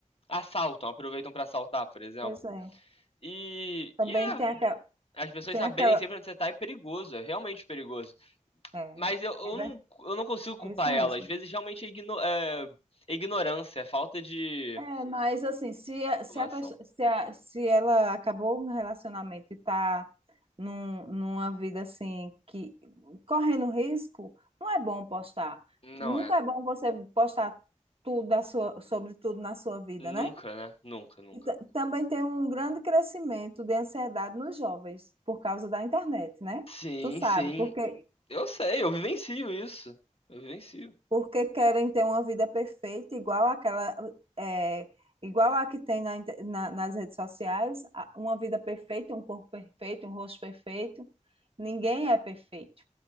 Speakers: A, on the left; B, on the right.
A: assaltam, aproveitam pra assaltar, por exemplo.
B: Pois é.
A: E,
B: Também
A: e é,
B: tem aquela.
A: as pessoas
B: Tem
A: saberem
B: aquela
A: sempre onde você tá é perigoso, é realmente perigoso.
B: é,
A: Mas eu, eu
B: é ver-
A: não, eu não consigo culpar
B: é isso mesmo.
A: ela, às vezes realmente é, igno- é- é ignorância, é falta de
B: É, mas assim, se, a- se,
A: informação.
B: a pessoa, se, a- se ela acabou um relacionamento e está num, numa vida assim, que correndo risco, não é bom postar.
A: Não
B: Nunca
A: é.
B: é bom você postar tudo da sua, sobre tudo na sua vida,
A: Nunca,
B: né?
A: né? Nunca, nunca.
B: E ta- também tem um grande crescimento de ansiedade nos jovens por causa da internet, né?
A: Sim,
B: Tu sabe,
A: sim.
B: porque
A: Eu sei, eu vivencio isso. Eu vivencio.
B: porque querem ter uma vida perfeita, igual àquela, é, igual a que tem na inte- na- nas redes sociais, a- uma vida perfeita, um corpo perfeito, um rosto perfeito. Ninguém é perfeito,